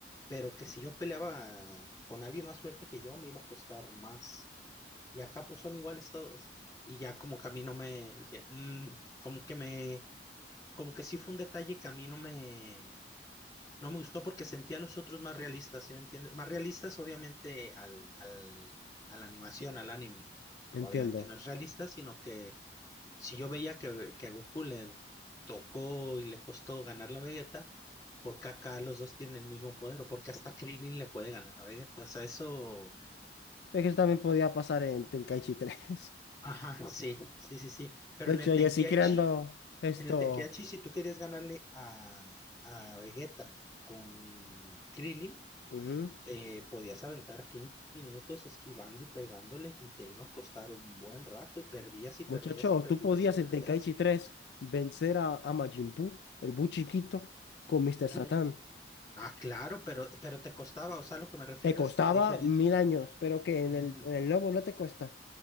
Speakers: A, on the left (about 20°); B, on the left (about 65°).
A: pero que si yo peleaba con alguien más fuerte que yo, me iba a costar más. Y acá pues son iguales todos. Y ya como que a mí no me dije, "Mm", como que me, como que sí fue un detalle que a mí no me, no me gustó porque sentía a los otros más realistas, ¿sí me entiendes? Más realistas, obviamente, al, al, a la animación, al anime. Obviamente
B: Entiendo.
A: no es realista, sino que si yo veía que, que a Goku le tocó y le costó ganar la Vegeta, ¿por qué acá los dos tienen el mismo poder? ¿O porque hasta Krillin le puede ganar a Vegeta? O sea, eso...
B: Es que eso también podía pasar en Tenkaichi 3. <laughs>
A: Ajá, sí, sí, sí, sí. Pero
B: De
A: en
B: hecho,
A: el
B: yo
A: Tenkaichi,
B: sí creando esto.
A: en el Tenkaichi, si tú querías ganarle a, a Vegeta con Krillin,
B: Ujú.
A: Te podías aventar 15 minutos esquivando y pegándole y te iba a costar un buen rato y perdías y perdías
B: Muchacho,
A: y perdías
B: tú podías
A: y perdías.
B: en Tenkaichi 3 vencer a, a Majin Buu, el Bu chiquito, con Mr.
A: Ujú.
B: Satan.
A: Ah, claro, pero, pero te costaba, o sea, lo que me refiero
B: Te costaba
A: es que la diferencia
B: mil años, pero que en
A: mm,
B: el, en el nuevo no te cuesta.